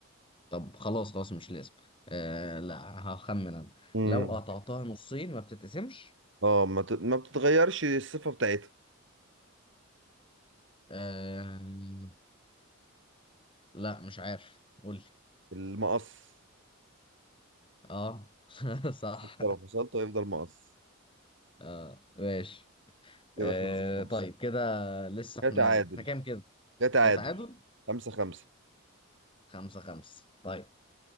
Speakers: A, on the left; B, on the right.
A: طب خلاص خلاص مش لازم آه لا هخمن انا
B: امم
A: لو قطعتها نصين ما بتتقسمش
B: اه ما ت- ما بتتغيرش الصفة بتاعتها
A: أم... لا مش عارف قولي
B: المقص
A: اه <laughs> صح
B: حتى لو فصلته هيفضل مقص
A: اه ماشي
B: كده
A: آه
B: خمسة خمسة
A: طيب كده لسه احنا
B: ده تعادل
A: احنا كام كده
B: ده تعادل
A: كده تعادل
B: خمسة خمسة
A: خمسة خمسة طيب